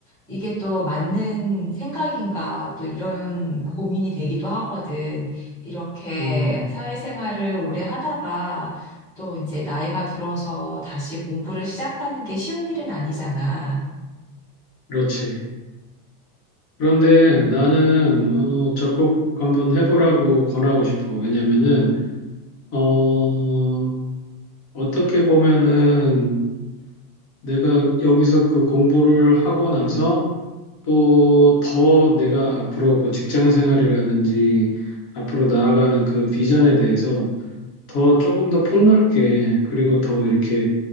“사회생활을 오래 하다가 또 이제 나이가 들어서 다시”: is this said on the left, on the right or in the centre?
Centre